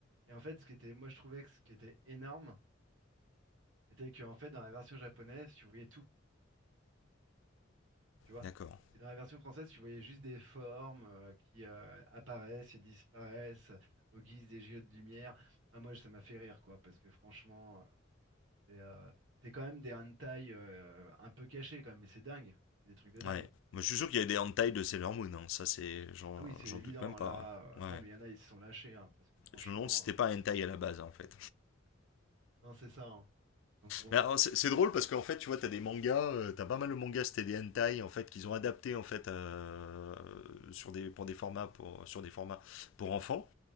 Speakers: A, on the right (about 75°); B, on the left (about 75°).
A: Et en fait, ce qui était, moi, je trouvais que ce qui était énorme, c'était qu'en fait, dans la version japonaise, tu voyais tout. tu vois.
B: D'accord.
A: Et dans la version française, tu voyais juste des formes euh, qui euh, apparaissent et disparaissent au guise des jeux de lumière. Ah, moi, ça m'a fait rire, quoi, parce que franchement, euh, c'est euh, c'est quand même des hentai euh, un peu cachés, quand même, mais c'est dingue. C'est des trucs de dingue.
B: Ouais. Moi, je suis sûr qu'il y a des hentai de Sailor Moon, hein. Ça c'est, j'en
A: Ah oui, c'est
B: j'en
A: évident,
B: doute même pas.
A: là. euh,
B: hein.
A: non,
B: Ouais.
A: mais il y en a, ils se sont lâchés, hein, parce que franchement,
B: Je me demande si c'était
A: euh,
B: pas un hentai à la base en fait.
A: non, c'est ça. hein. Donc bon.
B: Mais c'est c'est drôle parce qu'en fait, tu vois, t'as des mangas, euh, t'as pas mal de mangas, c'était des hentai en fait qu'ils ont adapté en fait euh, sur des pour des formats pour sur des formats pour enfants.